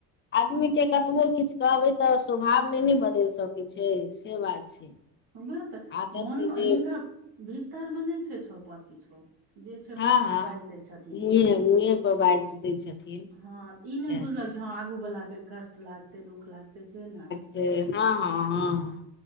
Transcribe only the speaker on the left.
आदमी केँ कतबो किछ कहबै तऽ स्वभाव नै न बदैल सकै छै से बात छै
आदत
जे
हँ
हँ
मुँहे मुँहे पर बाजि दै
छथिन
सएह
छै
जे हँ हँ हँ